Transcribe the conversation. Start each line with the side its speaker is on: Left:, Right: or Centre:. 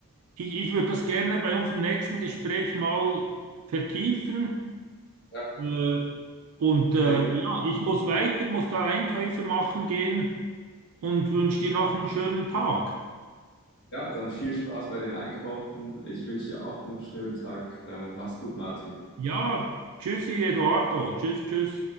Right: Ich, ich würde das gerne bei unserem nächsten Gespräch mal vertiefen.
Left: Ja,
Right: Äh, und äh,
Left: sehr gerne.
Right: ja, ich muss weiter, muss da Einkäufe machen gehen und wünsche dir noch einen schönen Tag.
Left: Ja, dann viel Spaß bei den Einkaufen. Ich wünsche dir auch einen schönen Tag. Äh, mach's gut, Martin.
Right: Ja, tschüssi, Eduardo. Tschüss, tschüss.